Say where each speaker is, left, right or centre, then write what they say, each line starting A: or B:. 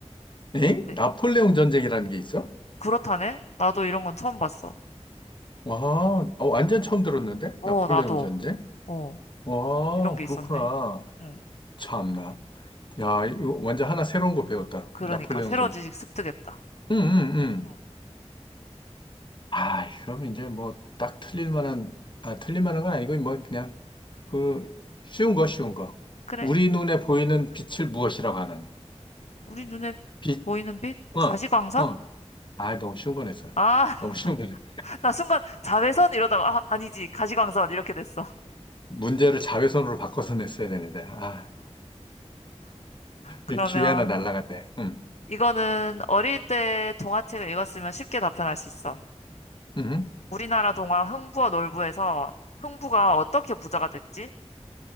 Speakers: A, on the left (about 45°); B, on the left (about 75°).
A: 엥?
B: 그때.
A: 나폴레옹 전쟁이라는 게 있어?
B: 그렇다네? 나도 이런 건 처음 봤어.
A: 와, 어, 완전 처음 들었는데?
B: 어,
A: 나폴레옹
B: 나도.
A: 전쟁?
B: 어,
A: 와,
B: 이런 게
A: 그렇구나.
B: 있었네. 응.
A: 참나. 야, 이거 완전 하나 새로운 거 배웠다.
B: 그러니까,
A: 나폴레옹
B: 새로운
A: 전쟁.
B: 지식 습득했다.
A: 응응응
B: 응.
A: 아, 그러면 이제 뭐 딱 틀릴 만한, 아, 틀릴 만한 건 아니고, 뭐 그냥 그 쉬운 거, 쉬운 거.
B: 그래.
A: 우리 눈에 보이는 빛을 무엇이라고 하느냐.
B: 우리 눈에
A: 빛,
B: 보이는 빛?
A: 어,
B: 가시광선?
A: 어. 아, 너무 쉬운 거 냈어요.
B: 아!
A: 너무 쉬운 거 냈어요.
B: 나 순간 자외선 이러다가 아, 아니지 가시광선 이렇게 됐어. <laughs>
A: 문제를 자외선으로 바꿔서 냈어야 되는데. 아,
B: 그러면
A: 이 기회 하나 날라갔네. 음.
B: 이거는 어릴 때 동화책을 읽었으면 쉽게 답변할 수 있어.
A: 음.
B: 우리나라 동화 흥부와 놀부에서 흥부가 어떻게 부자가 됐지?